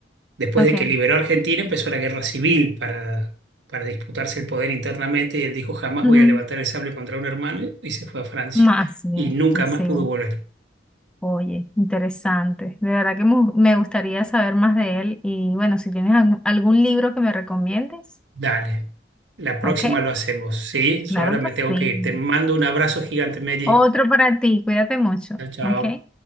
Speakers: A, on the right; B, in the centre.
A: después
B: Ok.
A: de que liberó a Argentina, empezó la guerra civil para, para disputarse el poder internamente y él dijo, jamás
B: ujú.
A: voy a levantar el sable contra un hermano y se fue a Francia
B: No, así
A: y
B: es,
A: nunca más
B: así
A: pudo
B: es.
A: volver.
B: Oye, interesante. De verdad que mu- me gustaría saber más de él. Y bueno, si tienes algún algún libro que me recomiendes,
A: Dale, la próxima
B: ok.
A: lo hacemos, ¿sí? Yo
B: Claro
A: ahora me
B: que
A: tengo
B: sí.
A: que ir. Te mando un abrazo gigante, Mary.
B: Otro para ti. Cuídate mucho.
A: Chao, chao.
B: Ok.